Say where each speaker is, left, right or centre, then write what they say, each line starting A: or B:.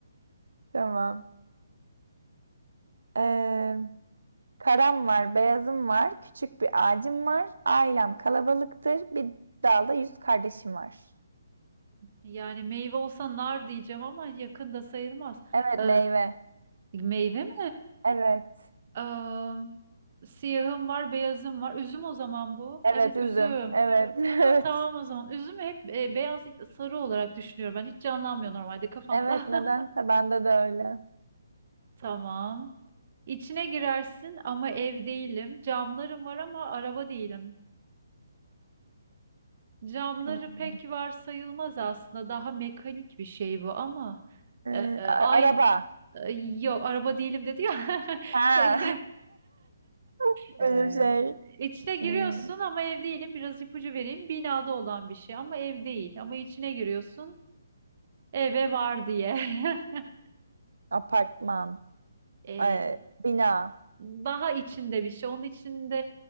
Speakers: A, on the right; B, on the right.
A: Tamam. Ee, Karam var, beyazım var, küçük bir ağacım var. Ailem kalabalıktır. Bir dalda yüz kardeşim var.
B: Yani meyve olsa nar diyeceğim ama yakında sayılmaz.
A: Evet,
B: Ee,
A: meyve.
B: meyve mi?
A: Evet.
B: Ee, siyahım var, beyazım var. Üzüm o zaman bu.
A: Evet,
B: Evet üzüm.
A: üzüm. Evet, <laughs> evet.
B: Ha, tamam o zaman. Üzüm hep e, beyaz değil de sarı olarak düşünüyorum. Ben hiç canlanmıyor normalde kafamda.
A: Evet, nedense
B: <laughs>
A: bende de öyle.
B: Tamam. İçine girersin ama ev değilim. Camlarım var ama araba değilim. Camları
A: Ee,
B: pek var sayılmaz aslında. Daha mekanik bir şey bu ama
A: e,
B: e, e, aynı
A: a- araba.
B: e, yok araba değilim dedi ya <laughs>
A: Ha.
B: şey
A: <laughs>
B: <laughs>
A: Benim şey.
B: e, içine giriyorsun
A: hmm,
B: ama ev değilim. Biraz ipucu vereyim. Binada olan bir şey ama ev değil. Ama içine giriyorsun eve var diye. <laughs>
A: apartman.
B: E,
A: Ee, bina.
B: daha içinde bir şey. Onun içinde